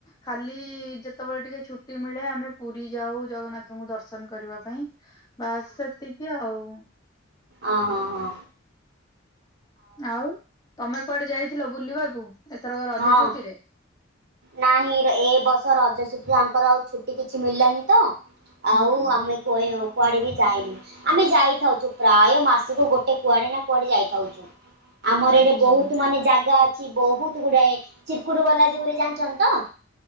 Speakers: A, on the left (about 20°); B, on the right (about 55°).
A: ଖାଲି-ଇ-ଇ ଯେତେବେଳେ ଟିକେ ଛୁଟି ମିଳେ ଆମେ ପୁରୀ ଯାଉ ଜଗନ୍ନାଥଙ୍କୁ ଦର୍ଶନ କରିବା ପାଇଁ। ବାସ୍ ସେତିକି ଆଉ।
B: ଅଁ- ହଁ- ହଁ।
A: ଆଉ ତମେ କୁଆଡେ ଯାଇଥିଲ ବୁଲିବାକୁ ଏଥରକ ରଜ
B: ହଁ
A: ଛୁଟିରେ?
B: ନାହିଁ ରେ ଏବର୍ଷ ରଜ ଛୁଟିରେ ୟାଙ୍କର ଆଉ ଛୁଟି କିଛି ମିଳିଲାନି ତ। ଆଉ
A: ହୁଁ।
B: ଆମେ କୁଆଏ କୁଆଡେ ବି ଯାଇନୁ। ଆମେ ଯାଇଥାଇଛୁ ପ୍ରାୟ ମାସକୁ ଗୋଟେ କୁଆଡେ ନା କୁଆଡେ ଯାଇଥାଉଛୁ। ଆମର
A: ଆଚ୍ଛା
B: ଏଇଠି ବହୁତ ମାନେ ଜାଗା ଅଛି ବହୁତ ଗୁଡାଏ, ଚିରକୁଡ ବାଲାଜୀ ବୋଲି ଜାଣିଛନ୍ତି ତ?